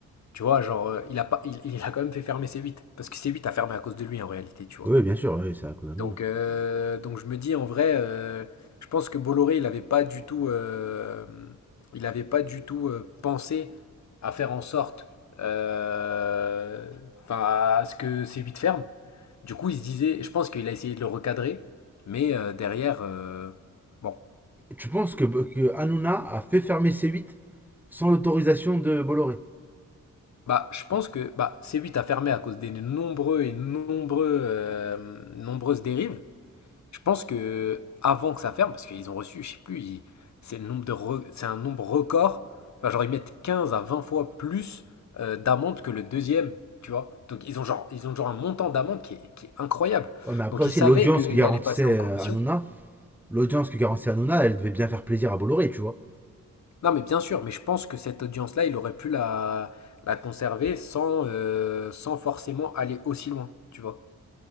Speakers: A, on the left; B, in the centre.
A: Tu vois? Genre, heu, il a pas il il a quand même fait fermer c huit parce que c huit a fermé à cause de lui, en réalité, tu vois?
B: Oui, bien sûr, oui, c'est à cause d'Hanouna.
A: Donc, euh, donc je me dis en vrai, euh, je pense que Bolloré, il n'avait pas du tout, euh, il n'avait pas du tout euh, pensé à faire en sorte, euh, enfin, à à ce que ces huit ferment. Du coup, il se disait, je pense qu'il a essayé de le recadrer, mais euh, derrière, euh, bon,
B: Tu penses que, que Hanouna a fait fermer c huit sans l'autorisation de Bolloré
A: bah, je pense que bah, c huit a fermé à cause des nombreux et nombreux, euh, nombreuses dérives. Je pense que avant que ça ferme, parce qu'ils ont reçu, je sais plus, ils- c'est le nombre de re- c'est un nombre record. Enfin, genre ils mettent 15 à 20 fois plus euh, d'amende que le deuxième, tu vois. Donc ils ont genre ils ont genre un montant d'amende qui est, qui est incroyable.
B: Ouais, mais après
A: Donc
B: aussi,
A: ils savaient
B: l'audience
A: qu'ils
B: que garantissait
A: allaient passer en commission.
B: euh, Hanouna, l'audience que garantissait Hanouna, elle devait bien faire plaisir à Bolloré, tu vois.
A: Non mais bien sûr, mais je pense que cette audience-là, il aurait pu la, la conserver sans, euh, sans forcément aller aussi loin, tu vois.